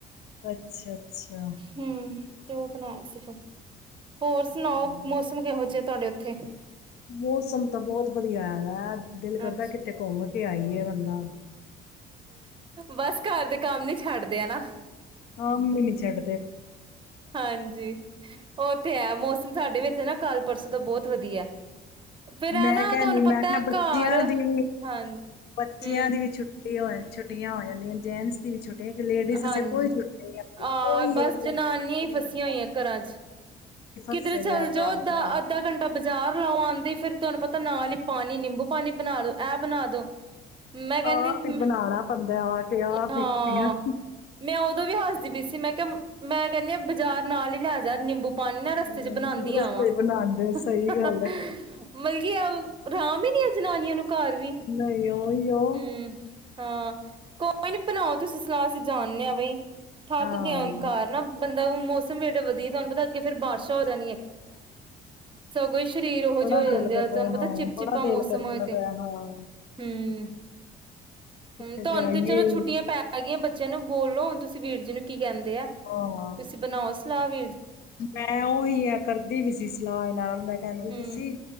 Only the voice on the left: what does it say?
ਅੱਛਾ, ਅੱਛਾ।
ਚਲੋ
ਮੌਸਮ ਤਾਂ ਬਹੁਤ ਵਧੀਆ ਪਿਆਰਾ ਤ ਦਿਲ ਕਰਦਾ
ਕਿੱਥੇ ਘੁੰਮ ਕੇ ਆਈਏ ਬੰਦਾ
ਕੰਮ ਈ ਨੀ ਛੜਦੇ
ਮੈਂ
ਕਹਿਦੀ
ਮੈਂ ਕਿਹਾ ਬੱਚਿਆਂ
ਦੀ ਵੀ
ਬੱਚਿਆਂ
ਦੀ ਵੀ ਛੁੱਟੀ ਛੁੱਟੀਆਂ ਹੋ ਜਾਂਦੀਆਂ ਜੇਨਟਸ ਦੀ ਛੁੱਟੀ ਛੁੱਟੀਆਂ ਇੱਕ ਲੇਡੀਜ਼
ਅਸੇ ਕੋਈ ਨਹੀਂ ਆਉਂਦੀ
ਕੋਈ
ਇੱਕ ਦਿਨ
ਛੁੱਟੀ
ਨਹੀਂ
ਹੁੰਦਾ
ਫਸੇ ਦੇ
ਆ ਘਰ
ਆਹ ਬਣਾਣਾ ਬੰਦਾ ਆ ਕੇ ਆਹ
ਪੀਣਾ
ਹਮ,
ਰਸੋਈ
ਬਣਾਉਂਦੇ ਸਹੀ
ਗੱਲ ਹੈ
ਨਹੀਂ ਉਹੀ ਉਹ
ਹਾਂ
ਬੜਾ
ਦਿਲ
ਕਰਦਾ
ਹੈ
ਹਾਂ
ਬੜਾ ਦਿਲ
ਕਰਦਾ
ਪਿਆ ਹਾਂ
ਕਿਤੇ
ਜਾਈਏ
ਹਾਂ
ਮੈਂ ਉਹੀ ਆ ਕਰਦੀ ਵੀ ਸੀ ਸਲਾਹ ਇਹਨਾਂ ਮੈਂ ਕਹਿੰਦੀ
ਵੀ ਸੀ